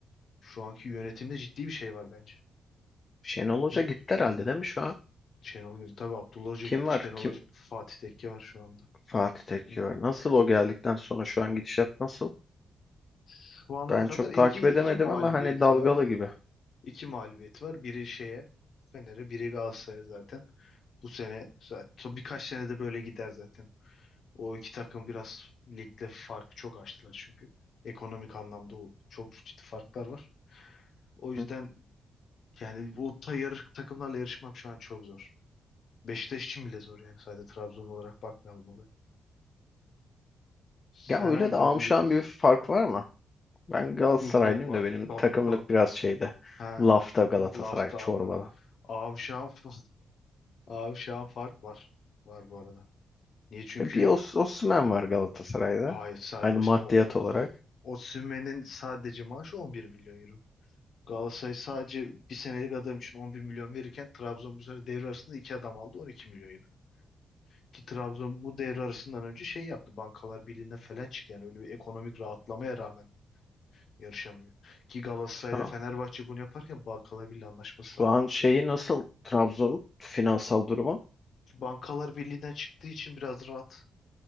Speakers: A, on the left; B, on the left.
A: şu anki yönetimde ciddi bir şey var bence.
B: Şenol Hoca
A: Bir-
B: gitti herhalde değil mi şu an?
A: Şenol Güneş. Tabii Abdullah Hoca
B: Kim
A: gitti.
B: var?
A: Şenol
B: Kim?
A: Hoca, Fatih Tekke var şu anda.
B: Fatih Tekke
A: Hı.
B: var. Nasıl o geldikten sonra şu an gidişat nasıl?
A: Şu ana
B: Ben
A: kadar
B: çok
A: iki,
B: takip edemedim
A: iki mağlubiyeti
B: ama hani dalgalı
A: var.
B: gibi.
A: İki mağlubiyeti var. Biri şeye Fener'e, biri Galatasaray'a zaten. Bu sene zaten son birkaç senede böyle gider zaten. O iki takım biraz ligde farkı çok açtılar çünkü. Ekonomik anlamda o- çok ciddi farklar var. O yüzden
B: Hı.
A: yani o tayır takımlarla yarışmak şu an çok zor. Beşiktaş için bile zor yani sadece Trabzon olarak bakmayalım olaya. Sen
B: Ya öyle
A: hangi
B: de
A: takımlıydın?
B: amşan bir fark var mı? Ben Galatasaraylıyım
A: Bu çok var.
B: da benim
A: Tabii
B: takımlık
A: tabii.
B: biraz şeyde.
A: Ha.
B: Lafta Galatasaray
A: Laftanlı.
B: çorbalı.
A: Abi şu an <laughs> Abi şu an fark var. Var bu arada. Niye? Çünkü
B: E Bir Os Osimhen var Galatasaray'da.
A: hayır sadece
B: Hani maddiyat
A: işte o, o
B: olarak.
A: Osimhen'in sadece maaşı 11 milyon euro. Galatasaray sadece bir senelik adam için 11 milyon verirken Trabzon bu sene devre arasında iki adam aldı 12 milyon euro. Ki Trabzon bu devre arasından önce şey yaptı. Bankalar Birliği'ne falan çıktı. Yani öyle bir ekonomik rahatlamaya rağmen yarışamıyor. Ki Galatasaray
B: Şu
A: ile
B: an,
A: Fenerbahçe bunu yaparken Bankalar Birliği anlaşması
B: şu
A: da var.
B: an şeyi nasıl? Trabzon finansal durumu?
A: Bankalar Birliği'nden çıktığı için biraz rahat.